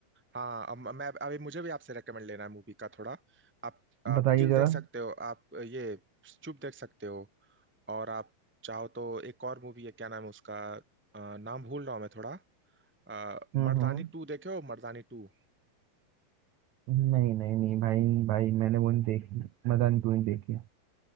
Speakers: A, in the centre; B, on the right.
A: हाँ अब मैं अभी मुझे भी आपसे रेकमेंड लेना है मूवी का थोड़ा आप आप
B: बताइए
A: किल
B: जरा
A: देख सकते हो आप ये चुप देख सकते हो और आप चाहो तो एक और मूवी है क्या नाम है उसका आ, नाम भूल रहा हूँ मैं थोड़ा आ,
B: हम्म
A: मर्दानी टू देखे हो मर्दानी टू
B: हम्म नहीं नहीं नहीं भाई भाई मैंने वो नहीं देखी मदान क्यों नहीं देखी